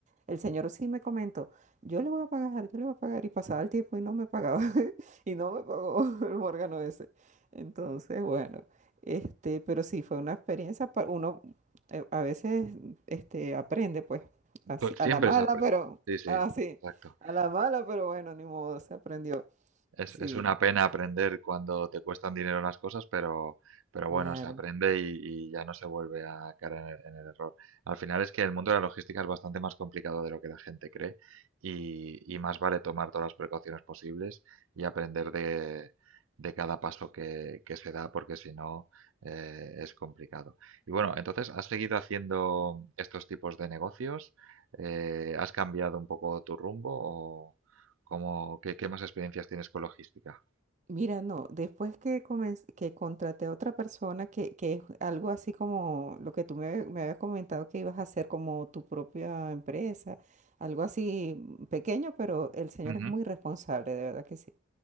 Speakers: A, on the right; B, on the right.
A: El señor sí me comentó, yo le voy a pagar, yo le voy a pagar, y pasaba el tiempo y no me pagaba, <laughs> y no me pagó <laughs> el Morgano ese. Entonces, bueno, este, pero sí fue una experiencia, pa- uno eh, a veces este, aprende, pues, así,
B: Tú-
A: a
B: Siempre
A: la mala,
B: se aprende.
A: pero,
B: Sí, sí,
A: así,
B: exacto.
A: a la mala, pero bueno, ni modo, se aprendió.
B: Es,
A: Sí,
B: es una pena aprender cuando te cuestan dinero las cosas, pero, pero bueno,
A: claro.
B: se aprende y, y ya no se vuelve a caer en el, en el error. Al final es que el mundo de la logística es bastante más complicado de lo que la gente cree y, y más vale tomar todas las precauciones posibles y aprender de, de cada paso que, que se da, porque si no, eh, es complicado. Y bueno, entonces, ¿has seguido haciendo estos tipos de negocios? Eh, ¿has cambiado un poco tu rumbo como, ¿qué, qué más experiencias tienes con logística?
A: Mira, no, después que, comencé- que contraté a otra persona, que, que es algo así como lo que tú me, me habías comentado que ibas a hacer como tu propia empresa, algo así pequeño, pero el señor
B: Ujú.
A: es muy responsable, de verdad que sí.